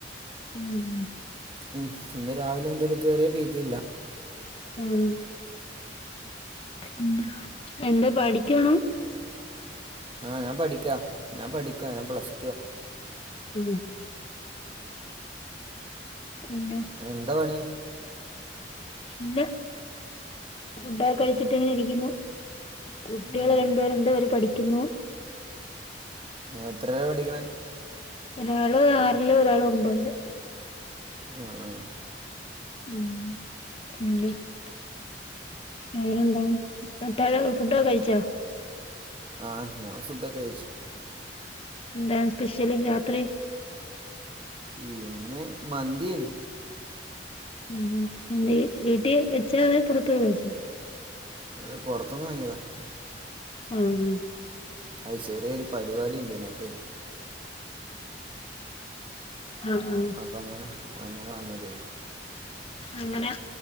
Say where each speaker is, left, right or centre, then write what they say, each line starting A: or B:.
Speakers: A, on the left; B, on the right.
A: ഉം
B: ഉം ഇന്ന് രാവിലെ മുതൽ ഇതുവരെ പെയ്തില്ല
A: ആഹ പിന്ന എന്താ പഠിക്കണ
B: ആ ഞാൻ പഠിക്കാ ഞാൻ പഠിക്കു ഞാൻ പ്ലസ്ടുവാ
A: ആ പിന്നെ
B: എന്താ പണി
A: പിന്നെ ഫുഡൊക്കെ കഴിച്ചിട്ട് എങ്ങനെ ഇരിക്കുന്നു കുട്ടികൾ
B: ഉം
A: രണ്ട് പേര്ണ്ട് അവര് പഠിക്കുന്നു
B: എത്രല പഠിക്കണേ
A: ഒരാള് ആറില് ഒരാള് ഒമ്പതില്
B: ആ ആ
A: <unintelligible> വേറെന്ത താഴ ഫുഡൊ കഴിച്ചാ
B: ആഹ ഞാൻ ഫുഡൊക്കെ കയിച്ചു
A: എന്താ സ്പെഷ്യലി രാത്രി
B: ഇന്ന് മന്തിയനി
A: ഉ വീട്ടിൽ വെച്ചെ പുറത്തു പോ ചച്ച
B: ഇ പൊറത്തന്ന് വാങ്ങിയതാ
A: ആഹ ആഹ
B: അത് ചെറിയൊരു പരിപാടി ഉണ്ട് ഇന അപ്പേ
A: ആഹ് ആഹ്
B: അപ്പൊ അങ്ങനെ അങ്ങനെ വാങ്ങിയത
A: അങ്ങനെ